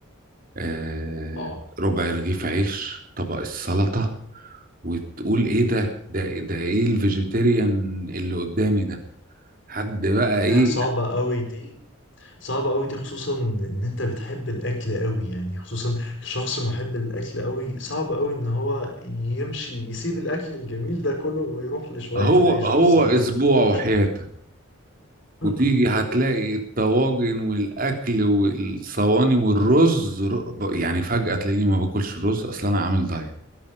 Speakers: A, on the right; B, on the left.
A: آه،
B: اه
A: ربع رغيف عيش طبق السلطة وتقول ايه ده ده إيه- ده ايه الفيجيتيريان اللي قدامي ده حد بقى
B: لا
A: ايه
B: صعبة قوي دي صعبة قوي دي خصوصا ان انت بتحب الاكل قوي يعني خصوصا شخص محب للاكل قوي صعب قوي ان هو يمشي يسيب الاكل الجميل ده كله ويروح لشوية
A: هو
B: العيش
A: هو
B: والسلطة
A: اسبوع
B: والخضار
A: وحياتك
B: <laughs>
A: وتيجي هتلاقي الطواجن والاكل والصواني والرز ر- يعني فجأة تلاقيني ما باكلش رز اصلا انا عامل دايت